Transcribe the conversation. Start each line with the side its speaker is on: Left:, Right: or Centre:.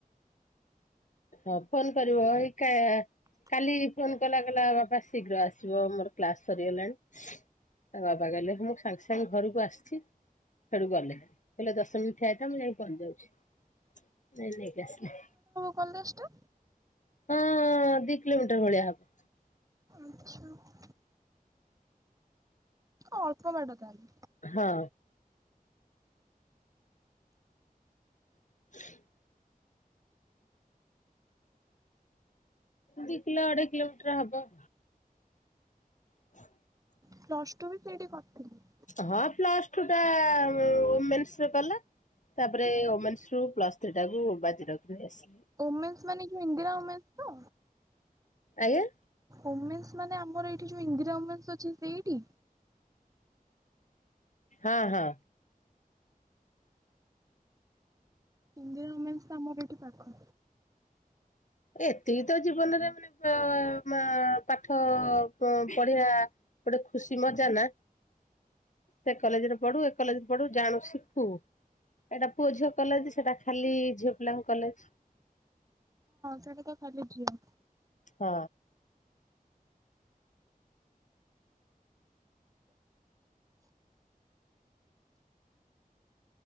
Left: ହଁ ଫୋନ୍ କରିବ ଏକା କାଲି ଫୋନ କଲା କଲା ବାପା ଶୀଘ୍ର ଆସିବ ମୋର କ୍ଲାସ ସରିଗଲାଣି। ଆଉ ବାବା କହିଲେଁ ମୁଁ ସାଙ୍ଗେ ସାଙ୍ଗେ ଘରକୁ ଆସିଛି। ସେଠୁ ଗଲେ କହିଲେ ଦଶ ମିନିଟ୍ ଠିଆ ହେଇଥା ମୁଁ ଯାଇକି ପହଞ୍ଚି ଯାଉଛି। ଫିର ନେଇକି ଆସିଲେ।
Right: କଲେଜ୍ ଟା
Left: ହଁ ଦି କିଲୋମିଟର ଭଳିଆ ହବ।
Right: ଆଚ୍ଛା। ଅଳ୍ପ ବାଟ ତାହେଲେ।
Left: ହଁ। <unintelligible> ଦି କିଲୋ ଅଢେଇ କିଲୋମିଟର ହବ। <unintelligible>
Right: ପ୍ଲସ ଟୁ ବି ସେଇଠି କରିଥିଲି।
Left: ହଁ ପ୍ଲସ ଟୁ ଟା ଓମେନ୍ସ ରେ କଲା। ତାପରେ ଓମେନ୍ସୁ ରୁ ପ୍ଲସ୍ ଥ୍ରୀ ଟାକୁୁ ବାଜି ରଖି ଆସିଲି।
Right: ଓମେନ୍ସ ମାନେ ଯୋଉ ଇନ୍ଦିରା ଓମେନ୍ସ ତ?
Left: ଆଜ୍ଞା।
Right: ଓମେନ୍ସ ମାନେ ଆମର ଏଠି ଯୋଉ ଇନ୍ଦିରା ଓମେନ୍ସ ଅଛି ସେଇଠି?
Left: ହଁ ହଁ।
Right: ହିନ୍ଦୁ ଓମେନ୍ସ ଆମର ତ ଏଠି ପାଖ।
Left: ଏତିକି ତ ଜୀବନରେ ମାନେ ପାଠ ପଢିବା ଗୋଟେ ଖୁସି ମଜା ନା ସେ କଲେଜରେ ପଢୁ ଏ କଲେଜରେ ପଢୁ ଜାଣୁ ଶିଖୁ ଏଇଟା ପୁଅ ଝିଅ କଲେଜ୍ ସେଟା ଖାଲି ଝିଅ ପିଲାଙ୍କ କଲେଜ୍।
Right: ସେଠି ତ ଖାଲି ଝିଅ।
Left: ହଁ।